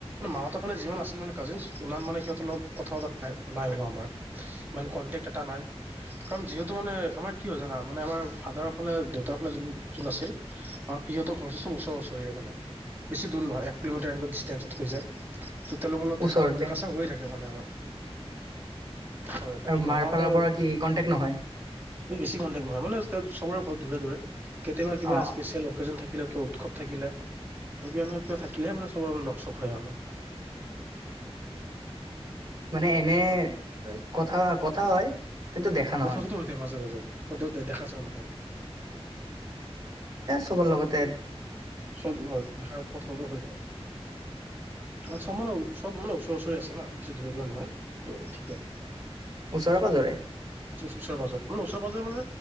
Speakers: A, on the right; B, on the right.
A: মাহতক <unintelligible> ে যিমান <unintelligible> আছিল মানে কাজিন ইমান মানে সিহঁতৰ লগত কথা পতা হয় <unintelligible> নাই হোৱা আমাৰ, ইমান কনটেক্ট এটা নাই। কাৰণ যিহেতু মানে আমাৰ। কি হয় জানা মানে আমাৰ ফাদাৰৰ ফালে দেউতাৰ ফালে যোন আছিল আমাৰ পিহঁতৰ ঘৰ চব ওচৰে ওচৰি মানে বেছ দৰ নহয় এক কিলোমিটাৰ এনেকুৱা ডিচটেন্স হৈ যায় <unintelligible> ত' তেওঁলোক অলপ
B: ওচৰতে
A: দেখা দেখা হৈ থাকে মানে আমাৰ <unintelligible> হয় বাকী
B: আৰু মাৰ
A: মামাহঁতৰ
B: ফালাৰ পৰা কি কনটেক নহয়।
A: বেছি কটেক্ নহয় মানে ত চবৰে ঘৰত দূৰে দূৰে <unintelligible> কেতিয় কিবা
B: অ
A: ইচপেচিয়েল লোকেজন থাকিব <unintelligible> থাকিলে কিবা উৎসৱ থাকিলে বা কিবা এনেকুৱা কিবা থাকিলেহে মানে চবৰে লচখ হয় আমাৰ <unintelligible>
B: মানে এনে কথা কথা হয়। কিন্তু দেখা
A: অ
B: নহয়
A: কথাটোতো হৈছে মাজে মাজে। দ দেখা চা নহয় <unintelligible>
B: খ লগত।
A: চব হয় দেখা কথা বতৰা হৈ থাকে। চব মানে চব মানে, ওচৰা ওচৰি আছে ন বেছি দূৰে দূৰে নহয় ত ঠিকেই।
B: ওচৰে পাজৰে
A: ওচৰ পাজৰে ম ওচৰে পাজৰে মানে।